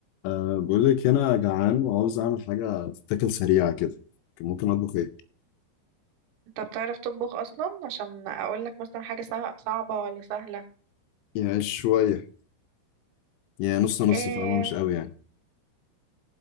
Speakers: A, on the left; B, on the right.
A: أه بقول لك أنا جعان وعاوز أعمل حاجة تتاكل سريعة كده ممكن أطبخ إيه؟
B: انت بتعرف تطبخ اصلا عشان اقول لك مثلا حاجه سه- صعبه ولا سهله
A: يعني شوية يعني نص نص
B: إيه
A: فاهمة مش قوي يعني